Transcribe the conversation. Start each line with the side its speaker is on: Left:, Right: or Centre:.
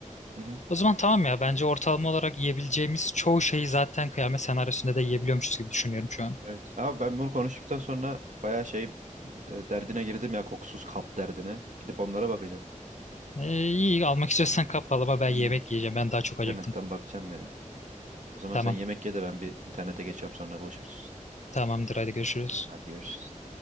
Right: Hı hı.
Left: O zaman tamam ya bence ortalama olarak yiyebileceğimiz çoğu şeyi zaten kıyamet senaryosunda da yiyebiliyormuşuz gibi düşünüyorum şu an.
Right: Evet. Ama ben bunu konuştuktan sonra bayağı şey e, derdine girdim ya kokusuz kap derdine. Gidip onlara bakacağım.
Left: Ee, iyi almak istiyorsan kap ama ben
Right: Hmm.
Left: yemek yiyeceğim. Ben daha çok
Right: İnternetten
Left: acıktım.
Right: bakacağım ya. O zaman
Left: Tamam.
Right: sen yemek ye de ben bir internete geçiyorum sonra buluşuruz.
Left: Tamamdır hadi görüşürüz.
Right: Hadi görüşürüz.